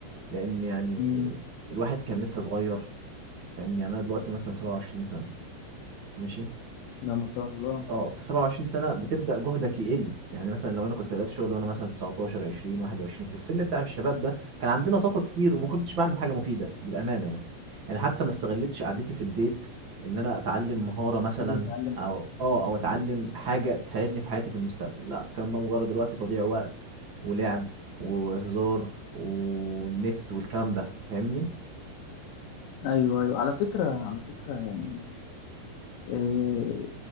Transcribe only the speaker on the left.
امم
لا ما شاء الله
انزل اتعلم
ايوه ايوه على فكره على فكره يعني إيه